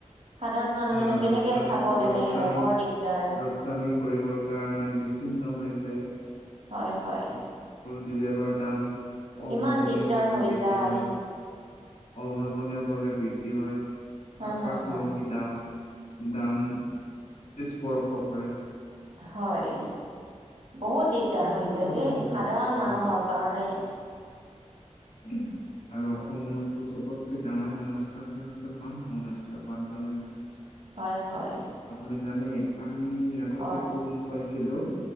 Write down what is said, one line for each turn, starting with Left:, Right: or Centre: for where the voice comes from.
Right: সাধাৰণ মানুহেনো
Left: আহ ৰপ্তানি
Right: কেনেকে খাব তেনেহলে
Left: ৰপ্তানি
Right: বৰ দিগদাৰ
Left: ৰপ্তানি কৰিবৰ কাৰণে বিচ্ছিন্ন হৈ য
Right: হয় হয়
Left: ডিজেলৰ দাম
Right: কিমান
Left: অভাৱনীয়ভাৱে
Right: দিগদাৰ হৈ
Left: বৃদ্ধি
Right: যায়
Left: হয় অভাৱনীয়ভাৱে বৃদ্ধি হয়
Right: হা
Left: আকাশলম্বীতা
Right: হা হা
Left: <unintelligible> <unintelligible> দাম স্পৰ্শ কৰে
Right: হয় বহুত দিগদাৰ
Left: তেনেকুৱা
Right: হৈ যায়
Left: ধৰণৰ
Right: দেই
Left: বহুত
Right: সাধাৰণ
Left: কথা
Right: মানুহৰ
Left: হৈ পৰে।
Right: কাৰণে
Left: <inaudible> আৰু অসমৰতো চবতকৈ ডাঙৰ সমস্যাতে হৈছে বান সমস্য়া বানপানীৰ সমস্যা <unintelligible>
Right: হয় হয়
Left: আপুনি জানে আমি আগতে
Right: হয়
Left: গম পাইছিলো